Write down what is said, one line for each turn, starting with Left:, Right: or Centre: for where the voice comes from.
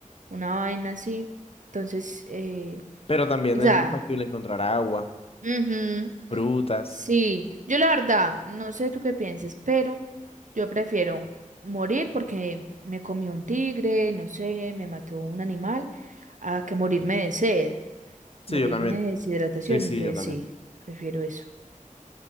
Right: una vaina así, entonces, eh,
Left: Pero también
Right: o sea,
Left: es más factible encontrar agua,
Right: ujú.
Left: frutas.
Right: Sí, yo la verdad, no sé tú qué pienses, pero yo prefiero morir porque me comió un tigre, no sé, me mató un animal, a que morirme de sed,
Left: Sí,
Right: morirme
Left: yo también.
Right: de deshidratación,
Left: Sí, sí,
Right: entonces
Left: yo también.
Right: sí, prefiero eso.